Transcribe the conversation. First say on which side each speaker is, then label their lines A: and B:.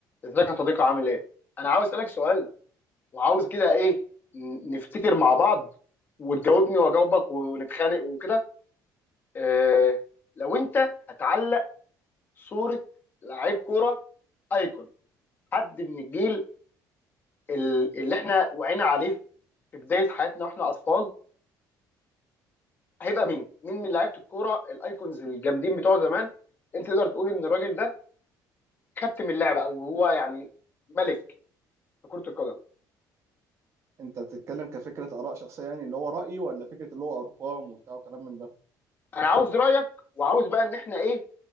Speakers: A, on the left; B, on the right.
A: ازيك يا صديقي عامل ايه؟ انا عاوز اسالك سؤال وعاوز كده ايه ن- نفتكر مع بعض وتجاوبني واجاوبك ونتخانق وكده إيه لو انت هتعلق صوره لعيب كوره ايكون حد من الجيل ال- اللي احنا وعينا عليه في بدايه حياتنا واحنا اطفال هيبقى مين؟ مين من لعيبه الكوره الايكونز الجامدين بتوع زمان انت تقدر تقول ان الراجل ده كابتن اللعبه او هو يعني ملك في كره القدم
B: انت بتتكلم كفكره اراء شخصيه يعني اللي هو رايي ولا فكره اللي هو ارقام وبتاع وكلام من ده
A: انا عاوز رايك وعاوز بقى ان احنا ايه